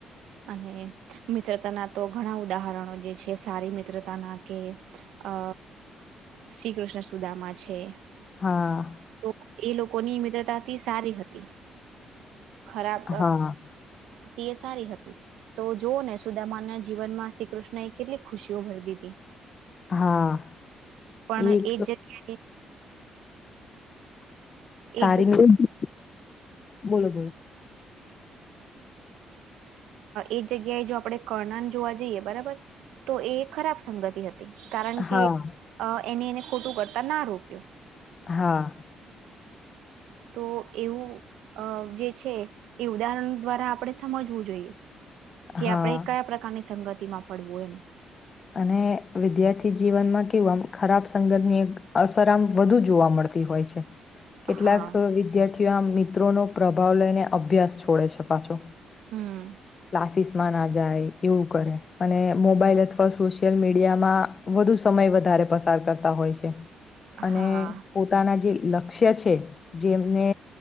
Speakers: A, on the right; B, on the left.
A: અને મિત્રતાના તો ઘણા ઉદાહરણો જે છે, સારી મિત્રતાના કે અ શ્રીકૃષ્ણ સુદામા છે.
B: હા.
A: તો એ લોકોની મિત્રતાથી સારી હતી. ખરાબ
B: હા
A: એ સારી હતી તો જોઉ ને સુદામાના જીવનમાં શ્રી કૃષ્ણ એ કેટલી ખુશીઓ ભરી દીદી હતી.
B: હા
A: પણ
B: એક
A: એજ જગ્યાએ
B: <unintelligible>
A: એ
B: બોલો-બોલો
A: એ જગ્યાએ જો આપડે કર્ણન જોવા જઈએ, બરાબર તો એ ખરાબ સંગતિ હતી. કારણ
B: હા
A: કે, એને ખોટું કરતા ના રોક્યો.
B: હા.
A: તો એવું અ જે છે, એ ઉદાહરણ દ્વારા આપણે સમજવું જોઈએ. કે
B: હા
A: આપણેે કયા પ્રકારની સંગતિમાં પડવું એમ.
B: અને વિદ્યાર્થી જીવનમાં કેવું આમ ખરાબ સંગતની એક અસર આમ વધુ જોવા મળ તી હોય છે. કેટલાક
A: હા
B: વિદ્યાર્થીઓ મિત્રોનો પ્રભાવ લઈને અભ્યાસ છોડે છે પાછો.
A: હમ્મ.
B: ક્લાસિસમાં ના જાય, એવું કરે, અને મોબાઈલ અથ વા સોશિયલ મીડિયામાં વધુ સમય વધારે પસાર કરતા હોય છે. અને
A: હા
B: પોતાના જે લક્ષ્ય છે, જેમને